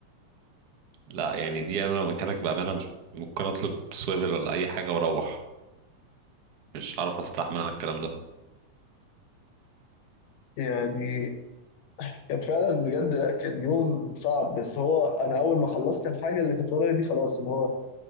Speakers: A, on the right (about 80°); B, on the left (about 85°).
A: لا يعني دي انا لو مكانك بامانة مش ممكن اطلب سويفل ولا اي حاجة واروح مش عارف استحمل الكلام ده
B: يعني كان فعلا بجد لا كان يوم صعب بس هو انا اول ما خلصت الحاجه اللي كانت ورايا دي خلاص اللي هو